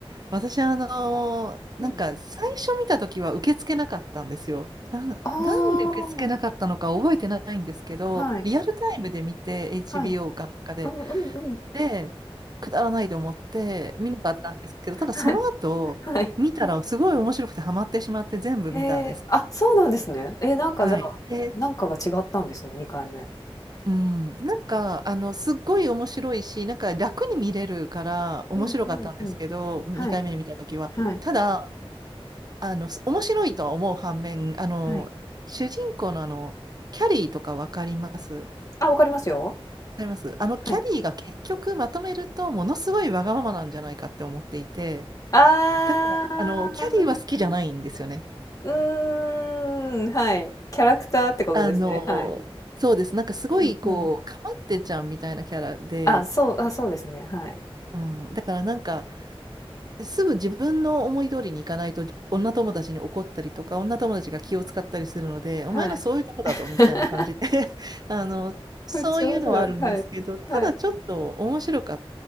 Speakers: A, on the right (about 40°); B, on the left (about 35°).
A: 私、あのーなんか最初見た時は受け付けなかったんですよ。
B: うん。
A: なん、
B: ああ、
A: なんで受け付けなかったのか覚えてないんですけど、
B: はい、
A: リアルタイムで見て HBO
B: はい。
A: かなんかで、
B: うんうんうん。
A: で、くだらないと思って見なかったんですけど、ただその後、
B: はい、はい。
A: 見たらすごい面白くてハマってしまって全部見たんですね。
B: えー、あ、そうなんですね。えー、なんかじゃあ、
A: はい。で、
B: なんかが違ったんですね、2回目。
A: うん、なんか、あの、すっごい面白いし、なんか楽に見れるから面白かったんですけど、
B: うんうんうん。
A: 2回目に見た時は。
B: はい、はい、
A: ただ、あの、す面白いとは思う反面、あの、
B: はい。
A: 主人公のあの、キャリーとかわかりますわ
B: あ、わかりますよ。
A: かりますあの、
B: はい。
A: キャリーが結局まとめると、ものすごいわがままなんじゃないかって思っていて、
B: あ
A: だから、
B: あ、
A: あの、キャリーは好きじゃないんですよね。
B: うーん、はい。キャラクターってことですね。
A: あの、
B: はい。
A: そうです。なんかすごい、
B: うんうん。
A: こう、かまってちゃんみたいなキャラで、
B: あ、そう、あ、そうですね。はい。
A: うん、だからなんか、すぐ自分の思い通りにいかないと女友達に怒ったりとか女友達が気を使ったりするのでお前のそういうとこだぞみたいな感じで
B: はい。<laughs>
A: <laughs> あのそういうのはあるんですけどただちょっと面白かっ
B: めっちゃ面白い。はい。はい。